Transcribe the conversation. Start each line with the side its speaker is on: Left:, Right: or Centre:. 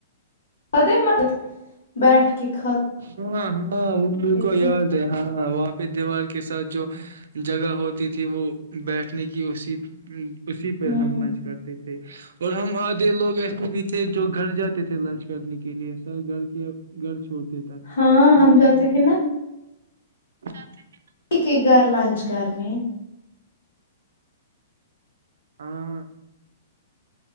Left: <unintelligible> بیٹھ کے کھاتے
Right: ہ ہاں ہاں ہاں وہ میرے کو یاد
Left: تھے
Right: ہے ہاں وہاں پہ دیوار کے ساتھ جو جگہ ہوتی تھی وہ بیٹھنے کی اسی اسی پ
Left: ہوں
Right: ہم لنچ
Left: ہ
Right: کرتے تھے اور ہم آدھے لوگ ایسے بھی تھے جو گھر جاتے تھے لنچ کرنے کے لیے سر گھر کے گھر چھوڑ دیتا
Left: ہاں ہم جاتے تھے نا
Right: جاتے تھے نا
Left: کسی کے گھر لانچ کرنے
Right: ہاں